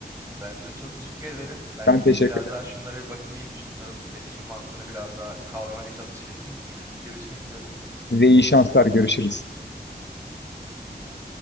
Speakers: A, on the right; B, on the left.
A: Ben de çok teşekkür ederim. Ben
B: Ben
A: gideyim
B: teşekkür
A: biraz
B: ederim.
A: daha şunlara bir bakınayım. Şunların iletişim mantığını biraz daha kavramaya çalışayım. <laughs> Görüşmek üzere.
B: Size iyi şanslar. Görüşürüz.
A: Teşekkürler.